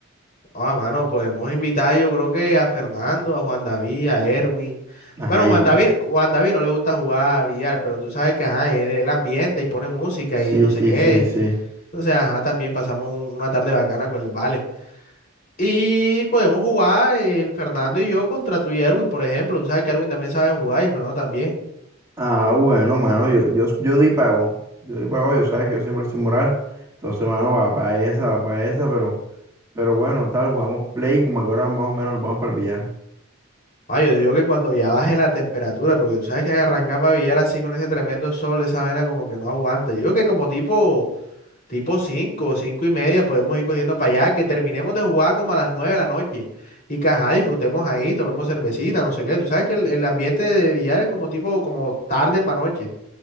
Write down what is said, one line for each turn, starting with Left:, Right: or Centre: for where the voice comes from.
Left: Ah, mano, podemos invitar yo creo que a Fernando, a Juan David, a Erwin.
Right: Ajá,
Left: Bueno,
Right: y
Left: Juan David, Juan David no le gusta jugar a billar, pero tú sabes que ajá, él, él ambienta y pone música
Right: Sí,
Left: y no
Right: sí,
Left: sé qué.
Right: sí, sí.
Left: Entonces, ajá, también pasamos un- una tarde bacana con el Vale. Y podemos jugar el Fernando y yo contra tú y Erwin, por ejemplo. Tú sabes que Erwin también sabe jugar y Fernando también.
Right: Ah, bueno, mano, yo, yo, yo di pago. Yo di pago, yo sabes que yo siempre soy moral. Entonces, mano, va para esa, va para esa, pero, pero bueno, tal, jugamos play, como que ahora más o menos nos vamos para el billar.
Left: Ah, yo digo que cuando ya baje la temperatura, porque tú sabes que arrancaba a Villar así con ese tremendo sol, esa vaina como que no aguanta. Yo digo que como tipo, tipo 5, cinco y media podemos ir cogiendo para allá, que terminemos de jugar como a las 9 de la noche. Y que ajá, disfrutemos ahí, tomemos cervecita, no sé qué. Tú sabes que el, el ambiente de Villar es como tipo, como tarde para noche.